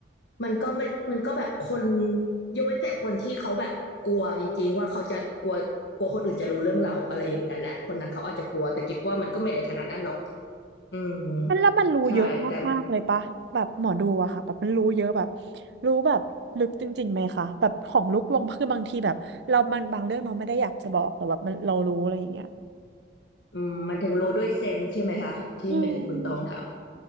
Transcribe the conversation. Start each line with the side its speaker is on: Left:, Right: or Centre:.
Left: มันก็ไม่มันก็แบบคนยกเว้นแต่คนที่เขาแบบกลัวจริงๆว่าเขาจะกลัวกลัวคนอื่นจะรู้เรื่องเราอะไรอย่างนั้นอ่ะคนนั้นเขาอาจจะกลัวแต่กิบว่ามันก็ไม่ได้ขนาดนั้นหรอกอืม
Right: มันแล้วมันรู้เยอะมากๆเลยปะแบบหมอดูอะค่ะแบบมันรู้เยอะแบบ
Left: ใช่แต่
Right: รู้แบบลึกจริงๆไหมคะแบบของลูกดวงคือบางทีแบบเรามันบางเรื่องเราไม่ได้อยากจะบอกแต่แบบมันเรารู้อะไรอย่างเงี้ย
Left: อืมมันถึงรู้ด้วยเซนส์ใช่ไหมคะที่ไม่ถึงคุณตองถาม
Right: อืม